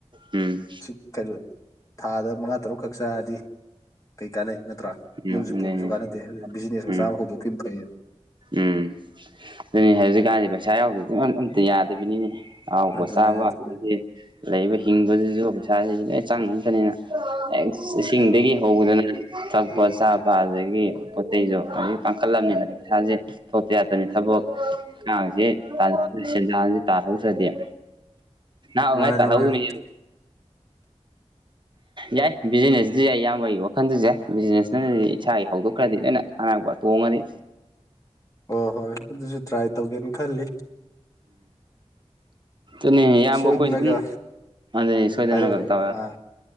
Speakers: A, on the right (about 45°); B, on the left (about 30°).
A: ꯎꯝ
B: ꯍꯧꯛ ꯀꯩꯅꯣ ꯊꯥꯗ ꯃꯉꯥ ꯇꯔꯨꯛꯈꯛ ꯆꯥꯔꯗꯤ ꯀꯩ ꯀꯥꯟꯅꯩ ꯅꯠꯇ꯭ꯔꯥ
A: ꯎꯝ
B: ꯌꯨꯝꯁꯤ
A: ꯑꯗꯨꯅꯤ
B: ꯄꯨꯕꯁꯨ ꯀꯥꯟꯅꯗꯦ ꯑꯗꯨ ꯕꯤꯖꯤꯅꯦꯁ ꯃꯆꯥ
A: ꯎꯝ
B: ꯑꯃ ꯍꯧꯗꯣꯛꯈꯤꯕ ꯐꯩ
A: ꯎꯝ ꯑꯗꯨꯅꯤ ꯍꯧꯖꯤꯛꯀꯥꯟꯗꯤ ꯄꯩꯁꯥ ꯌꯥꯎꯗꯗꯤ ꯑꯝꯇ ꯌꯥꯗꯕꯤꯅꯤꯅꯦ ꯍꯥꯎꯕꯣꯁꯥꯕ
B: ꯑꯗꯨꯅꯦ ꯑꯗꯨꯅꯦ
A: ꯂꯩꯕ ꯍꯤꯡꯕꯗꯨꯁꯨ ꯄꯩꯁꯥꯁꯤ ꯂꯣꯏ ꯆꯪꯉꯇꯅꯤꯅ ꯏꯁꯤꯡꯗꯒꯤ
B: ꯎꯝ
A: ꯍꯧꯕꯗꯅ ꯊꯛꯄ ꯆꯥꯕ ꯑꯗꯒꯤ ꯄꯣꯠ ꯆꯩꯁꯨ ꯑꯗꯨꯗꯒꯤ ꯄꯥꯡꯈꯠꯂꯝꯃꯤꯅ ꯄꯩꯁꯥꯁꯦ ꯊꯣꯛꯇ ꯌꯥꯗꯅꯤ ꯊꯕꯛ ꯀꯥꯡꯁꯦ ꯁꯦꯟꯗꯥꯟꯁꯦ ꯇꯥꯍꯧꯗ꯭ꯔꯗꯤꯦ ꯑꯨ
B: ꯃꯥꯅꯤ
A: ꯉ ꯇꯥꯂꯕꯨꯗ
B: ꯃꯥꯅꯤ
A: ꯅ ꯌꯥꯏ ꯕꯤꯖꯤꯅꯦꯁꯇ ꯌꯥꯏ ꯌꯥꯝꯕ ꯋꯥꯈꯟꯗꯨꯁꯨ ꯌꯥꯏ ꯕꯤꯖꯤꯅꯦꯁ ꯑꯗꯨꯗꯤ ꯏꯁꯥꯒꯤ ꯍꯧꯗꯣꯛꯈ꯭ꯔꯗꯤ ꯂꯣꯏꯅ ꯑꯅꯥꯛꯄ ꯇꯣꯡꯉꯗꯤ
B: ꯍ ꯍꯣꯏ ꯑꯗꯨꯁꯨ ꯇ꯭ꯔꯥꯏ ꯇꯧꯒꯦꯅ ꯈꯜꯂꯤ
A: ꯎꯝꯅꯤ ꯌꯥꯝ
B: ꯁꯣꯏꯗꯅꯒ
A: ꯃꯈꯈꯣꯏꯁꯨ ꯑꯗꯨ ꯑꯗꯨꯅꯤ ꯁꯣꯏꯗꯅ
B: ꯍꯥꯏꯔꯛꯑꯣꯅꯦ
A: ꯇ
B: ꯑꯥ